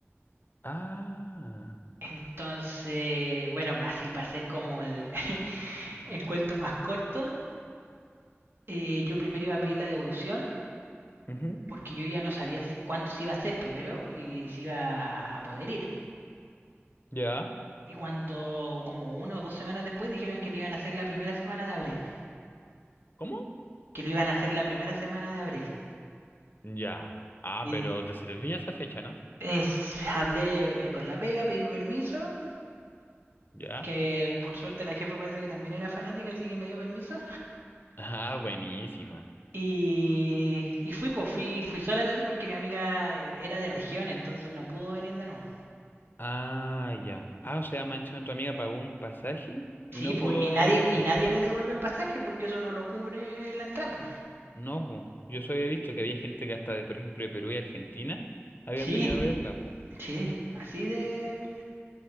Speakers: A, on the left; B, on the right.
A: Ah,
B: Entonces, bueno, así para hacer como el, <laughs> el cuento más corto, eh, yo primero iba a pedir la devolución
A: Ujú.
B: porque yo ya no sabía si- cuánto se iba a hacer primero y si iba a poder ir.
A: ¿ya?
B: Y cuando, como una o dos semanas después, dijeron que lo iban a hacer la primera semana de abril.
A: ¿Cómo?
B: Que lo iban a hacer la primera semana de abril.
A: Ya. Ah,
B: Y
A: pero te servía esa fecha, ¿no?
B: es- hablé eh, con la pega, pedí permiso.
A: Ya.
B: Que
A: <laughs>
B: por suerte la jefa parece que también era fanática, así que me dio permiso.
A: Ah, buenísima.
B: Y, y fui, pues, fui, fui sola eso sí, porque mi amiga eh, era de región, entonces no pudo venir de nuevo.
A: Ah, ya. Ah, o sea, mansión, tu amiga pagó un pasaje
B: Sí,
A: y no
B: pues,
A: pudo
B: y nadie,
A: estar.
B: y nadie le devolvió el pasaje porque eso no lo cubre la entrada. po.
A: No, po. Yo solo había visto que había gente que hasta, de, por ejemplo, de Perú y Argentina habían
B: Sí,
A: venido a verla, po.
B: sí, así de,